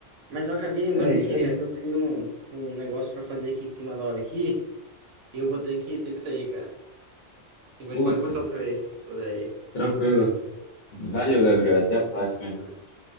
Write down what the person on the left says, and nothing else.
É isso
aí.
Putz,
tranquilo. Valeu,
Gabriel. Até a próxima.